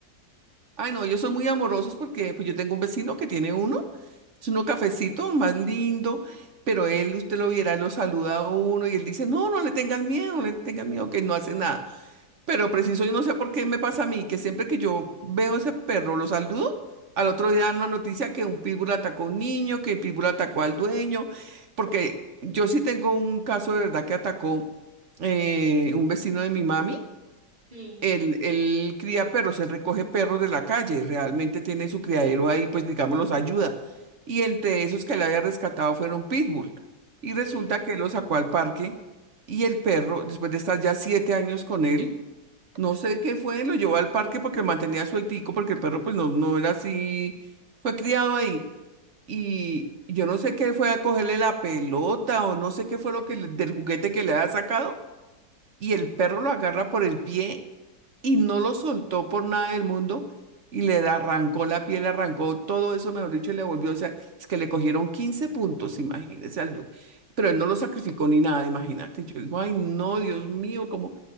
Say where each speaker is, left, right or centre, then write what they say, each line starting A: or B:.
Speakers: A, on the right; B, on the right.
A: Ay, no, ellos son muy amorosos porque pues yo tengo un vecino que tiene uno, es uno cafecito, más lindo. Pero él, usted lo viera, lo saluda a uno y él dice, no, no le tengas miedo, no le tengas miedo, que no hace nada. Pero preciso, yo no sé por qué me pasa a mí, que siempre que yo veo ese perro, lo saludo, al otro día dan una noticia que un pitbull atacó a un niño, que el pitbull atacó al dueño, porque yo sí tengo un caso de verdad que atacó eh, un vecino de mi mami.
B: Sí,
A: Él, él cría perros, él recoge perros de la calle, realmente tiene su criadero ahí, pues digamos, los ayuda.
B: sí.
A: Y entre esos que él había rescatado fueron pitbull. Y resulta
B: sí.
A: que él lo sacó al parque y el perro, después de estar ya siete años con él, no sé qué fue, lo llevó al parque porque lo mantenía sueltico, porque el perro pues no, no era así, fue criado ahí. Y yo no sé qué fue a cogerle la pelota o no sé qué fue lo que le- del juguete que le había sacado y el perro lo agarra por el pie y no lo soltó por nada del mundo y le arrancó la piel, le arrancó todo eso, mejor dicho, y le volvió, o sea, es que le cogieron 15 puntos, imagínese, al du- pero él no lo sacrificó ni nada, imagínate. Yo digo, ay, no, Dios mío, como